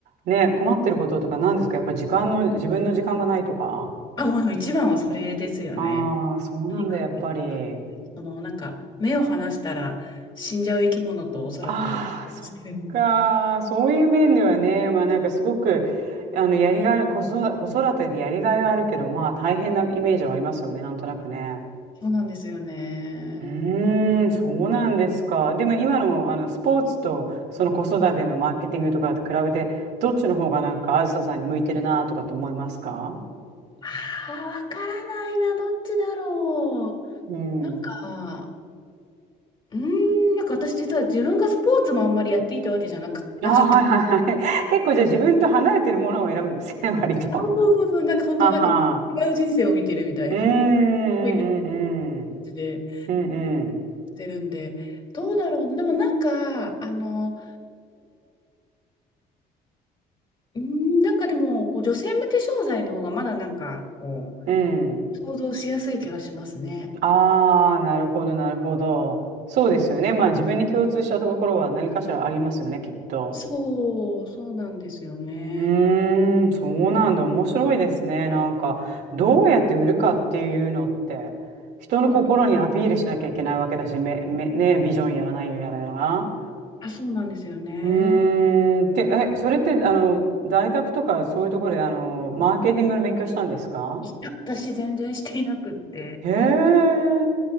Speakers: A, on the right; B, on the left.
A: ね、困ってることとか何ですかやっぱり時間の、自分の時間がないとか
B: あ、もう一番はそれですよね。
A: ああー、そうなんだ、
B: とにかく、
A: やっぱり。
B: そのなんか目を離したら死んじゃう生き物とおそらく生活してるので。
A: ああ、そっか。そういう面ではね、まあなんかすごく、あの、やりがい、子育子育てでやりがいはあるけど、まあ大変なイメージはありますよね、なんとなくね。
B: そうなんですよね。
A: うーん、そうなんですか。でも今の、あの、スポーツと、その子育てのマーケティングとかと比べて、どっちの方がなんか、あずささんに向いてるなとかと思いますか
B: ああ、わからないな、どっちだろ
A: うん。
B: う。なんか、うーん、なんか私実は自分がスポーツもあんまりやっていたわけじゃなく、
A: ああ、
B: なかった。
A: はいはいはい。<laughs> 結構じゃあ自分と離れてるものを選ぶんですね、割と。
B: あ、そうそうそう、なんか本当なんか違う人生を見てるみたいな、
A: <laughs> はは。うーん、うん、
B: いる感
A: うん、うん。
B: じで
A: うんうん
B: してるんで、どうだろうな。でもなんか、あの、うーん、なんかでも、こう女性向け商材の方がまだなんか、こう、
A: うん。
B: 想像しやすい気はしますね。
A: ああ、なるほど、なるほど。そうですよね。まあ自分に共通したところは何かしらありますよね、きっと。
B: そう、そうなんですよね。
A: うーん、そうなんだ。面白いですね。なんか、どうやって売るかっていうのって、人の心にアピールしなきゃいけないわけだし、
B: うん。
A: め、め、ね、ビジョンやらないやらやら。
B: あ、そうなんですよね。
A: うーん、て、え、それって、あの、大学とかそういうところで、あの、マーケティングの勉強したんですか
B: いや、私全然していなくって。
A: へえ。